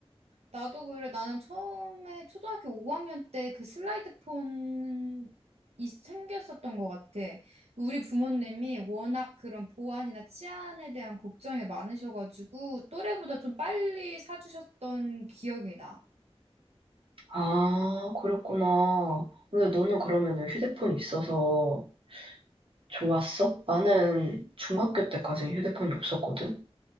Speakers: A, on the right; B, on the right.
A: 나도 그래. 나는 처음에 초등학교 5학년 때 그 슬라이드 폰이 생겼었던 것 같아. 우리 부모님이 워낙 그런 보안이나 치안에 대한 걱정이 많으셔가지고, 또래보다 좀 빨리 사주셨던 기억이 나.
B: 아, 그랬구나. 근데 너는 그러면은 휴대폰 있어서 좋았어? 나는 중학교 때까지 휴대폰이 없었거든?